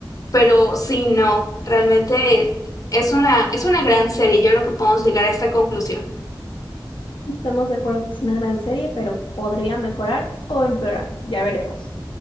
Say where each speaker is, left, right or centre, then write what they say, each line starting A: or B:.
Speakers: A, on the left; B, on the left.
A: Pero sí, no, realmente es una, es una gran serie. Yo creo que podemos llegar a esta conclusión.
B: Estamos de acuerdo que es una gran serie, pero podría mejorar o empeorar, ya veremos.